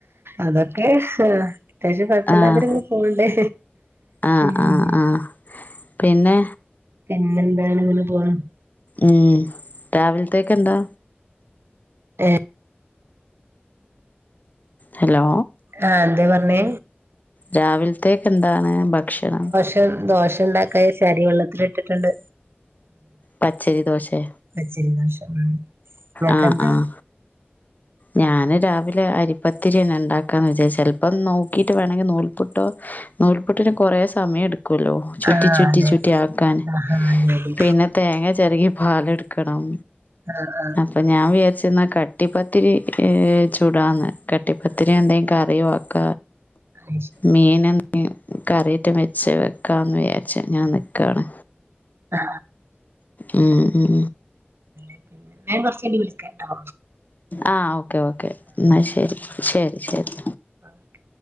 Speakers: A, on the right (about 75°); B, on the left (about 45°).
A: അതൊക്കെ അത്യാവശ്യം കുഴപ്പമില്ലാതരും
B: ആഹ്
A: പോണ്ടേ
B: ആഹ്
A: ഉം
B: ആഹ് ആഹ് പിന്നെ
A: പിന്നെന്താണ് ഇങ്ങനെ പോണം
B: ഉം രാവിൽത്തേക്കെന്താ
A: ഏ
B: ഹലോ
A: ആ എന്തേ പർഞ്ഞേ
B: രാവിൽത്തേക്കെന്താണ് ഭക്ഷണം
A: <unintelligible> ദോശണ്ടാക്കായാര്ച്ച് അരി വെള്ളത്തില്ട്ട്ട്ട്ണ്ട്.
B: പച്ചെരി ദോശേ..
A: പച്ചരി ദോശ ഉം.. നിങ്ങക്കെന്താ
B: ആഹ് ആഹ് ഞാന് രാവിലെ അരിപ്പത്തിര്യന്നെ ണ്ടാക്കാൻ വിജാര്ച്ചെ. ചെൽപ്പം നോക്കിട്ട് വേണെങ്കി നൂൽപുട്ടോ നൂൽപുട്ടിന് കൊറെ സമയട്ക്കൊല്ലോ ചുറ്റി
A: ആഹ്
B: ചുറ്റി
A: അതെ
B: ചുറ്റി ആക്കാന്,
A: ആഹാ അതെ അതെ
B: പിന്നെ തേങ്ങചെരകി പാലെട്ക്കണം
A: ആഹ് ആഹ്
B: പ്പൊ ഞാൻ വിചാരിച്ച്ന്ന കട്ടിപ്പത്തിരി ചുടാന്ന് കട്ടിപ്പത്തിരിം എന്തേം കറിം ആക്ക
A: അയ്ശരി
B: മീന <unintelligible> കറീട്ട് വെച്ച് വെക്കാന്ന് വിചാരിച്ചു ഞാൻ നിക്കാണ്
A: ആ
B: ഉം ഉം
A: <inaudible> ഞാൻ കൊർച്ചയ്ഞ്ട്ട് വിളിക്കട്ടോ
B: ആഹ് ഓക്കെ ഓക്കെ ന്നാ ശരി ശരി ശരി
A: ഓക്കെ